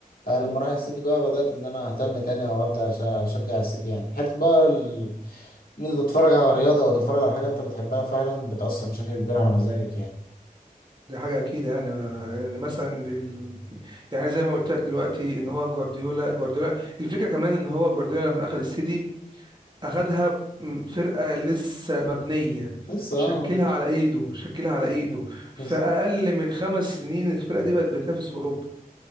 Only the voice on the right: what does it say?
دي حاجة أكيد يعني ما- لأن مثلا ال- يعني زي ما قلت لك دلوقتي إن هو جوارديولا جوارديولا الفكرة كمان إن هو جوارديولا لما أخد السيتي أخدها م- فرقة لسه مبنية
شكلها
على إيده شكلها على إيده في
أقل من خمس سنين الفرقة دي بقت بتنافس في أوروبا